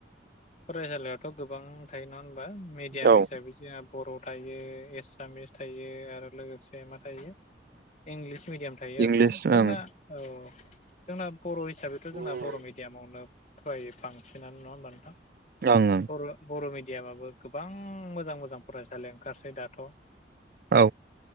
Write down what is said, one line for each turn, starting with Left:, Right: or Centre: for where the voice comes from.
Left: फरायसालियावथ गोबां थायो नङा होनबा मेडियाम
Right: औ
Left: हिसाबै जोंहा बर' थायो एसामिस थायो आरो लोगोसे मा थायो इंलिस मिडियाम थायो थायो आरोना
Right: इंलिस
Left: जोंना
Right: ओं
Left: औ जोंना बर' हिसाबैथ
Right: ओं
Left: जोंना बर' मिडियामावनो फरायो बांसिनानो नङा होमबा नोथां
Right: ओं ओं
Left: बर' बर' मिडियामाबो गोबां मोजां मोजां फरायसालि ओंखारसै दाथ
Right: औ।